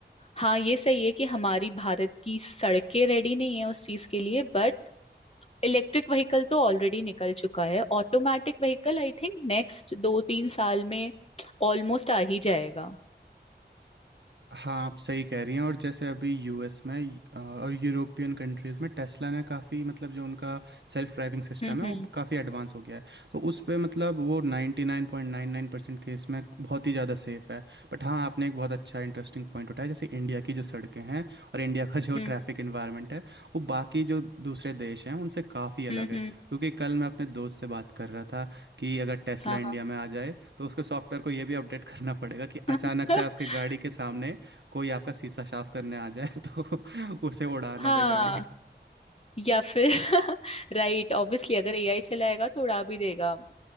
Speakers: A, on the left; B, on the right.
A: हाँ ये सही है कि हमारी भारत की सड़कें रेडी नहीं है उस चीज के लिए बट इलेक्ट्रिक व्हीकल तो ऑलरेडी निकल चुका है automatic vehicle I think next दो तीन साल में ऑलमोस्ट आ ही जाएगा
B: हाँ आप सही कह रही हैं और जैसे अभी यूएस में अ, और यूरोपियन कंट्रीज़ में टेस्ला ने काफ़ी मतलब जो उनका सेल्फ ड्राइविंग सिस्टम
A: हम्म
B: है
A: हम्म
B: वो काफ़ी एडवांस हो गया है तो उस पे मतलब वो 99.99% केस में बहुत ही ज़्यादा सेफ है बट हाँ आपने एक बहुत अच्छा इंटरेस्टिंग पॉइंट उठाया जैसे इंडिया की जो सड़कें हैं और इंडिया का जो
A: हम्म
B: ट्रैफिक इन्वायरमेंट है वो बाकी जो दूसरे देश हैं उनसे काफ़ी अलग
A: हम्म
B: है
A: हम्म,
B: क्योंकि कल मैं अपने दोस्त से बात कर रहा था कि अगर टेस्ला
A: हाँ
B: इंडिया
A: हाँ
B: में आ जाए तो उसके सॉफ्टवेयर को ये भी अपडेट <laughs> करना पड़ेगा कि अचानक
A: <laughs>
B: से आपके गाड़ी के सामने कोई आपका शीशा साफ करने आ जाए <laughs> तो उसे उड़ा
A: हाँ
B: ना दे गाड़ी
A: या फिर <laughs> राइट ऑब्वियसली अगर एआई चलाएगा तो उड़ा भी देगा